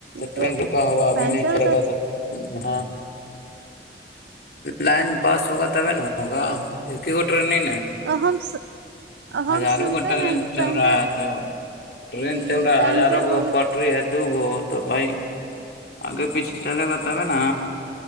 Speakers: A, on the left; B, on the right.
A: ٹرین
B: تو
A: رکا ہوا ابھی
B: پینچر
A: نہیں چلا
B: ہوتا
A: گا تھا ہاں لائن پاس ہوگا تب ہوگا کیونکہ وہ ٹرینگ
B: ہم ہم
A: ہزاروں
B: سوچتے
A: کو ٹرین
B: نا کہ پینچر
A: چل رہا ہے تو ٹرین
B: کہ
A: چل رہا ہے
B: پینچر
A: ہزاروں کو
B: ہوگی
A: اوپر پٹری ہے تو وہ تو بھائی آگے پیچھے چلے گا تب نا